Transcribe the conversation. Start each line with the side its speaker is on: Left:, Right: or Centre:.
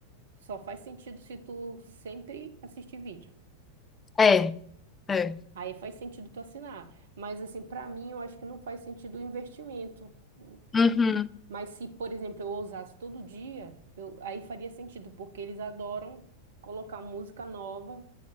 Right: Só faz sentido se tu sempre assistir vídeo.
Left: É, é.
Right: Aí faz sentido tu assinar. Mas assim, pra mim, eu acho que não faz sentido o investimento. Hum.
Left: uhum,
Right: hum. Mas se, por exemplo, eu usasse todo dia, eu, aí faria sentido, porque eles adoram colocar música nova